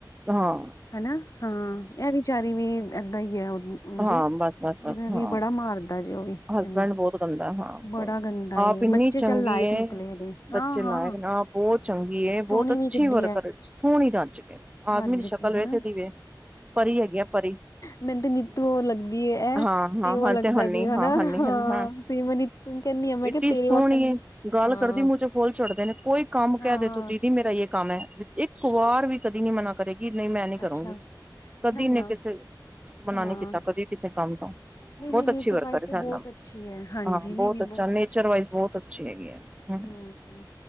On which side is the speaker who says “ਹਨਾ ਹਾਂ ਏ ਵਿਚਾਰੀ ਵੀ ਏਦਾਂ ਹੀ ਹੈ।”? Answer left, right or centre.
Left